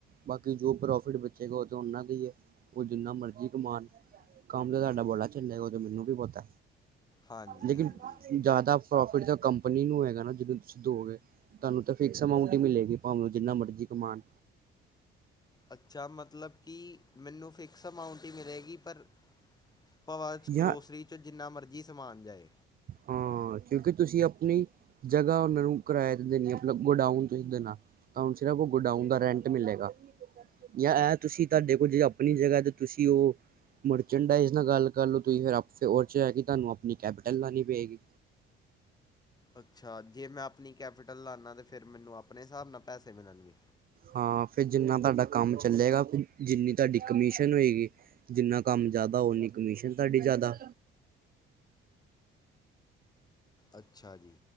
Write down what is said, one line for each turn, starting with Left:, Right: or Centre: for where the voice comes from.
Right: ਬਾਕੀ ਜੋ ਪ੍ਰੋਫਿਟ ਬਚੇਗਾ ਉਹ ਤਾਂ ਉਹਨਾਂ ਕੀ ਏ ਉਹ ਜਿੰਨਾ ਮਰਜ਼ੀ ਕਮਾਨ ਕੰਮ ਤੇ ਤੁਹਾਡਾ ਬੜਾ ਚਲੇਗਾ ਉਹ ਤੇ ਮੈਨੂੰ ਵੀ ਪਤੇ
Left: ਹਾਂਜੀ
Right: ਲੇਕਿਨ
Left: ਹਾਂਜੀ
Right: ਜ਼ਿਆਦਾ ਪ੍ਰੋਫਿਟ ਤਾਂ ਕੰਪਨੀ ਨੂੰ ਹੈਗਾ ਨਾ ਜਿਹਨੂੰ ਤੁਸੀਂ ਦੋ ਗੇ ਤੁਹਾਨੂੰ ਤਾਂ ਫਿਕਸ ਅਮਾਊਂਟ ਈ ਮਿਲੇਗੀ ਭਾਵੇਂ ਜਿੰਨਾ ਮਰਜ਼ੀ ਕਮਾਨ
Left: ਅੱਛਾ ਮਤਲਬ ਕਿ ਮੈਨੂੰ ਫਿਕਸ ਅਮਾਊਂਟ ਈ ਮਿਲੇਗੀ ਪਰ ਭਵਾ
Right: ਜਾਂ
Left: ਗਰੋਸਰੀ ਚੋ ਜਿੰਨਾ ਮਰਜ਼ੀ ਸਮਾਨ ਜਾਏ
Right: ਹਾਂ, ਕਿਉਂਕਿ ਤੁਸੀਂ ਅਪਨੀ ਜਗ੍ਹਾ ਉਹਨਾਂ ਨੂੰ ਕਿਰਾਇਆ ਤੇ ਦੇਨੀ ਆ ਮਤਲਬ ਗੋਡਾਊਨ ਤੁਸੀਂ ਦੇਨਾ ਤਾਂ ਹੁਨ ਸਿਰਫ ਉਹ ਗੋਡਾਊਨ ਦਾ ਰੈਂਟ ਮਿਲੇਗਾ ਯਾ ਇਹ ਤੁਸੀਂ ਤੁਹਾਡੇ ਕੋਲ ਜੇ ਅਪਨੀ ਜਗ੍ਹਾ ਤੇ ਤੁਸੀਂ ਉਹ ਮਰਚਨ ਡਾਈਜ਼ ਨਾਲ ਗੱਲ ਕਰ ਲਓ ਤੁਸੀਂ ਫਿਰ <unintelligible> ਤੁਹਾਨੂੰ ਆਪਣੀ ਕੈ <unintelligible> ਨੀ ਪੇ ਗੀ
Left: ਅੱਛਾ ਜੇ ਮੈਂ ਅਪਨੀ ਕੈਪੀਟਲ ਲਾਨਾ ਤੇ ਫਿਰ ਮੈਨੂੰ ਆਪਨੇ ਹਿਸਾਬ ਨਾਲ ਪੈਸੇ ਮਿਲਨਗੇ
Right: ਹਾਂ ਫਿਰ ਜਿੰਨਾ ਤੁਹਾਡਾ ਕੰਮ ਚੱਲੇਗਾ ਜਿੰਨੀ ਤੁਹਾਡੀ ਕਮਿਸ਼ਨ ਹੋਏਗੀ ਜਿੰਨਾ ਕੰਮ ਜ਼ਿਆਦਾ ਓਨੀ ਕਮਿਸ਼ਨ ਤੁਹਾਡੀ ਜ਼ਿਆਦਾ
Left: ਅੱਛਾ ਜੀ